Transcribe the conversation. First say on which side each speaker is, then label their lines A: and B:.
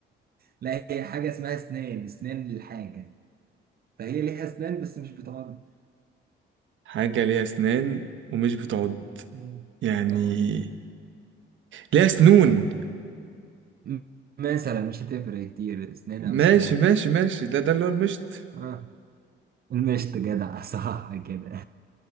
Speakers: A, on the right; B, on the right.
A: لا هي حاجة اسمها اسنان اسنان للحاجة فهي ليها اسنان بس مش بتعض
B: حاجة ليها اسنان ومش بتعض
A: مم.
B: يعني
A: اه
B: ليها سنون
A: م- مثلا مش هتفرق كتير اسنان او
B: ماشي
A: سنون
B: ماشي ماشي ده ده اللي هو المشط
A: اه المشط جدع صح كده